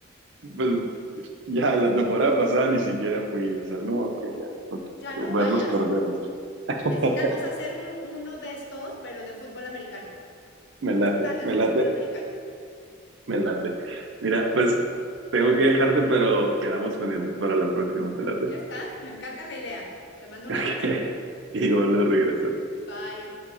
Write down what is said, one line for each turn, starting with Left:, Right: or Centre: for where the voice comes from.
Right: Pues ya la temporada pasada ni siquiera fui, o sea, no, que ya, no quiero
Left: Ya no
Right: verlos
Left: vayas.
Right: perderlos. <laughs>
Left: Necesitamos hacer un, uno de estos, pero de fútbol americano.
Right: Me late,
Left: Estadios
Right: me
Left: de
Right: late,
Left: fútbol americano.
Right: me late. Mira, pues tengo que dejarte, pero quedamos pendientes para la próxima, te late. <laughs>
Left: ¿Ya estás? Me encanta la idea. Te mando un
Right: Ok.
Left: abrazo.
Right: Y luego le regreso.
Left: Bye.